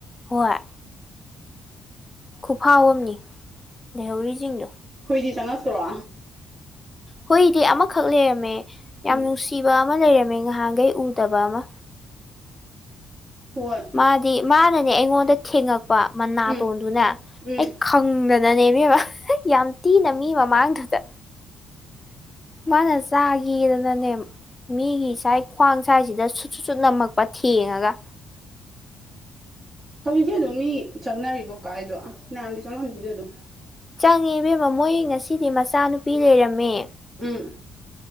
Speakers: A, on the left (about 15°); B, on the right (about 20°).
A: ꯍꯣꯏ ꯈꯨꯐꯥꯎꯑꯝꯅꯤ ꯂꯩꯍꯧꯔꯤꯁꯤꯡꯗꯣ
B: ꯍꯨꯏꯗꯤ ꯆꯪꯉꯛꯇ꯭ꯔꯣ
A: ꯍꯨꯏꯗꯤ ꯑꯃꯈꯛ ꯂꯩꯔꯝꯃꯦ ꯌꯥꯝ
B: ꯎꯝ
A: ꯅꯨꯡꯁꯤꯕ ꯑꯃ ꯂꯩꯔꯝꯃꯦ ꯉꯍꯥꯟꯈꯩ ꯎꯗꯕ ꯑꯃ
B: ꯍꯣꯏ
A: ꯃꯥꯗꯤ ꯃꯥꯅꯅꯦ ꯑꯩꯉꯣꯟꯗ ꯊꯦꯡꯉꯛꯄ ꯃꯅꯥꯇꯣꯟꯗꯨꯅꯦ
B: ꯎꯝ ꯎꯝ
A: ꯑꯩ ꯈꯪꯅ ꯏꯕꯦꯝꯃ ꯌꯥꯝ ꯇꯤꯅ ꯃꯤ ꯃꯃꯥꯡꯗꯨꯗ ꯃꯥꯅ ꯆꯥꯒꯦꯗꯅꯅꯦ ꯃꯤꯒꯤ ꯁꯥꯏ ꯈ꯭ꯋꯥꯡ ꯁꯥꯏꯁꯤꯗ ꯁꯨꯠ ꯁꯨꯆꯠ ꯅꯝꯃꯛꯄ ꯊꯦꯡꯉꯒ
B: ꯍꯧꯖꯤꯛꯁꯨ ꯑꯗꯨꯝ ꯃꯤ ꯆꯪꯅꯔꯤꯕꯣ ꯀꯥꯏꯗꯣ ꯃꯌꯥꯝꯗꯤ ꯆꯪꯉꯝꯃꯤꯗ ꯑꯗꯨꯝ
A: ꯆꯪꯉꯦ ꯏꯕꯦꯝꯃ ꯃꯣꯏ ꯉꯁꯤꯗꯤ ꯃꯆꯥꯅꯨꯄꯤ ꯂꯩꯔꯝꯃꯦ
B: ꯎꯝ